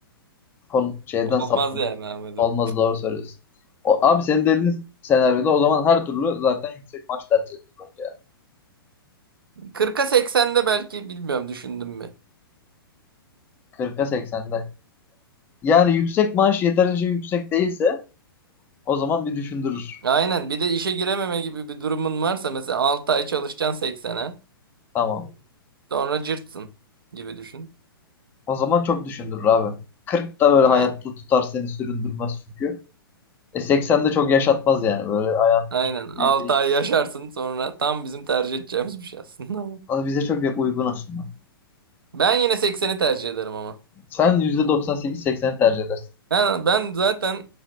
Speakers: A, on the left (about 15°); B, on the right (about 65°).
A: konu şeyden
B: Olmaz
A: saptım.
B: yani Ahmet'im.
A: Olmaz doğru söylüyorsun. O, abi senin dediğin senaryoda o zaman her türlü zaten yüksek maaş tercih edilir bence ya.
B: 40'a 80'de belki bilmiyorum düşündüm mü?
A: 40'a 80'de. Yani yüksek maaş yeterince yüksek değilse o zaman bir düşündürür.
B: Aynen bir de işe girememe gibi bir durumun varsa mesela 6 ay çalışacaksın seksene,
A: Tamam.
B: sonra cırtsın gibi düşün.
A: O zaman çok düşündürür abi. kırk da böyle
B: Aynen.
A: hayatta tutar seni süründürmez çünkü. E 80 de çok yaşatmaz yani. Böyle hayatında
B: Aynen
A: çok
B: 6
A: büyük değiş.
B: ay yaşarsın sonra tam bizim tercih edeceğimiz bir şey aslında ama.
A: Ama bize çok uygun aslında.
B: Ben yine sekseni tercih ederim ama.
A: Sen %98-80'i tercih edersin.
B: Ben, ben zaten